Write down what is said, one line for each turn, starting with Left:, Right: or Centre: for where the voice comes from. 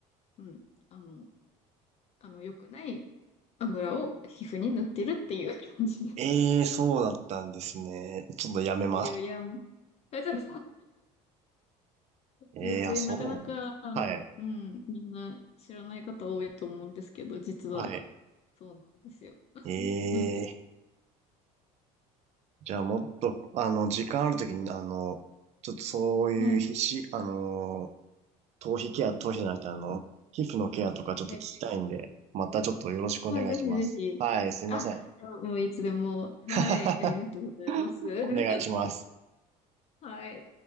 Left: うん、あの、あの良くない油を皮膚に塗ってるっていう感じの。
Right: ええ、そうだったんですね。ちょっとやめます。
Left: いやいや、あちょっ
Right: ええ、
Left: とで
Right: あ、そうなの。
Left: <laughs>、なかなか、あの、
Right: はい。
Left: うん、みんな知らない方多いと思うんですけど、実は
Right: はい。
Left: そうなんですよ。<laughs>
Right: ええ、じゃあもっと、あの、時間あるときに、あの、ちょっとそういう皮脂、
Left: はい。
Right: あの、頭皮ケア、頭皮じゃなくて、あの、皮膚のケアとかちょっと聞きたいんで、
Left: はい。
Right: またちょっとよろしくお願いします。
Left: まあ、ぜひぜひ。
Right: はい、すいません。
Left: あ、あもういつでも。はい。
Right: <laughs>
Left: ありがとうございます。<laughs>
Right: お願いします。
Left: はい。